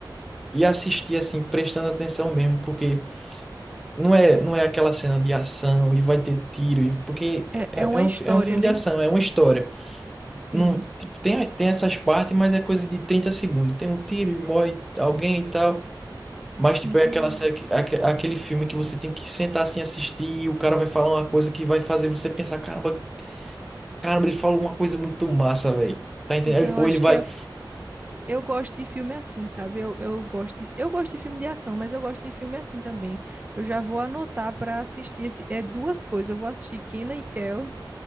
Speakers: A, in the centre; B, on the right.
A: e assistir, assim, prestando atenção mesmo, porque. Não é, não é aquela cena de ação e vai ter tiro, e- porque
B: É,
A: é,
B: é uma
A: é um,
B: história,
A: fi- é um filme
B: né?
A: de ação, é uma história.
B: Sim,
A: Não, tipo, tem, tem essas partes, mas é coisa de 30 segundos. Tem um tiro e morre alguém e tal. Mas, tipo,
B: entendi.
A: é aquela série, que- aque- aquele filme que você tem que sentar assim assistir e o cara vai falar uma coisa que vai fazer você pensar, caramba, caramba, ele falou uma coisa muito massa, velho. Tá entendendo?
B: Então eu
A: Ou
B: acho
A: ele vai
B: que Eu gosto de filme assim, sabe? Eu, eu gosto de, eu gosto de filme de ação, mas eu gosto de filme assim também. Eu já vou anotar para assistir esse. É duas coisas. Eu vou assistir Kenan e Kel